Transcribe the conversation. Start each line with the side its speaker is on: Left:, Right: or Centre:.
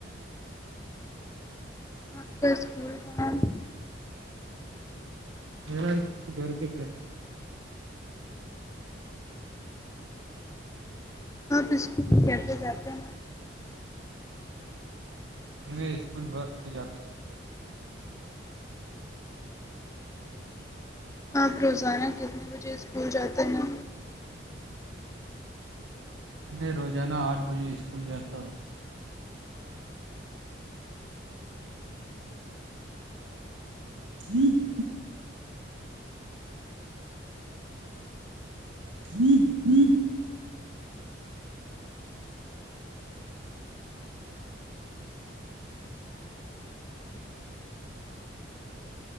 Left: آپ کے اسکول کا
Right: ما گھر کے کری
Left: بہت استے جاتے ہیں
Right: میں اسکول بس سے جاتا ہوں
Left: آپ روزانہ کتنے بجے اسکول جاتے ہیں
Right: میں روزانہ آٹھ بجے اسکول جاتا ہوں <unintelligible> <unintelligible>